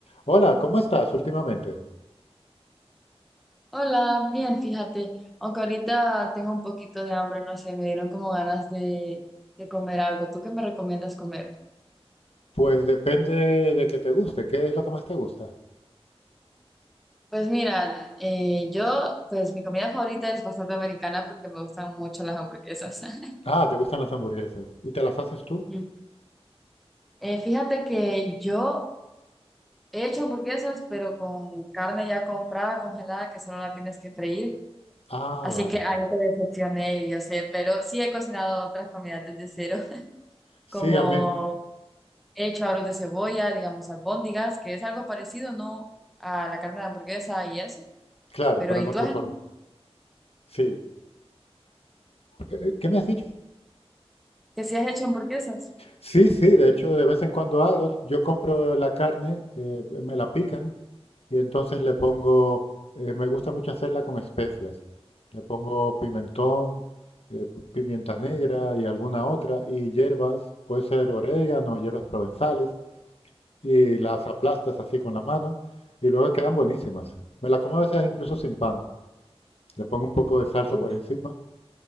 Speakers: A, on the left; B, in the centre.
A: Hola, ¿cómo estás últimamente?
B: Hola, bien, fíjate, aunque ahorita tengo un poquito de hambre, no sé, me dieron como ganas de, de comer algo. ¿Tú qué me recomiendas comer?
A: Pues depende de que te guste. ¿Qué es lo que más te gusta?
B: Pues mira, eh, yo, pues mi comida favorita es bastante americana porque me gustan mucho las hamburguesas. <laughs>
A: Ah, te gustan las hamburguesas. ¿Y te las haces tú?
B: Mm. Eh, fíjate que yo he hecho hamburguesas, pero con carne ya comprada, congelada, que solo la tienes que freír.
A: Ah,
B: Así
A: vale.
B: que ahí te decepcioné, yo sé, pero sí he cocinado otras comidas desde cero, <laughs>
A: Sí,
B: como
A: a mí.
B: He hecho aros de cebolla, digamos, albóndigas, que es algo parecido, ¿no? A la carne de hamburguesa y eso.
A: Claro,
B: Pero,
A: pero
B: ¿y
A: en otra
B: tú has,
A: forma. Sí. ¿Qué, qué me has dicho?
B: que si has hecho hamburguesas?
A: Sí, sí, de hecho, de vez en cuando hago. Yo compro la carne, eh, me la pican y entonces le pongo, eh, me gusta mucho hacerla con especias. Le pongo pimentón, eh, p- pimienta negra y alguna otra, y hierbas, puede ser orégano, hierbas provenzales. y las aplastas así con la mano y luego quedan buenísimas. Me la como a veces incluso sin pan. Le pongo un poco de salsa
B: Uf,
A: por encima